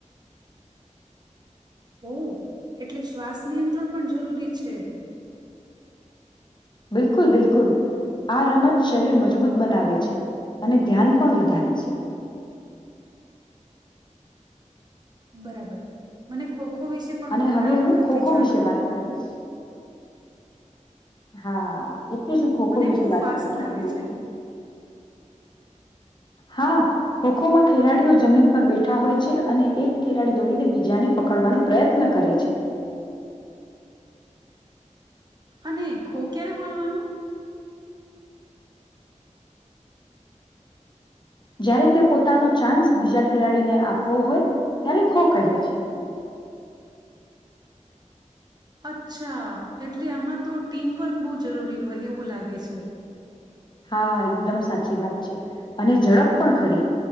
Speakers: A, on the right; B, on the left.
A: ઓ, એટલે શ્વાસ નિયંત્રણ પણ જરૂરી છે.
B: બિલકુલ, બિલકુલ. આ રમત શરીર મજબૂત બનાવે છે અને ધ્યાન પણ વધારે છે.
A: બરાબર, મને ખો ખો ખો વિશે પણ
B: અને
A: ઘણા
B: હવે
A: વખતથી
B: હું ખોખો
A: જાણવું
B: વિશે
A: હતું.
B: વાત કરીશ. હા, એટલે જ હું ખોખો
A: મને
B: વિશે
A: બહુ
B: વાત
A: ફાસ્ટ
B: કરવા
A: લાગે
B: માંગુ
A: છે
B: છું. હા ખોખો માં ખેલાડીઓ જમીન પર બેઠા હોય છે. અને એક ખેલાડી દોડીને બીજાને પકડવાનો પ્રયત્ન કરે છે.
A: અને ખો ક્યારે બોલવાનું?
B: જ્યારે તે પોતાનો ચાન્સ બીજા ખેલાડીને આપવો હોય ત્યારે ખો કહે છે.
A: અચ્છા, એટલે આમાં તો ટીમવર્ક બહુ જરૂરી હોય એવું લાગે છે.
B: હા, એકદમ સાચી વાત છે અને ઝડપ પણ ખરી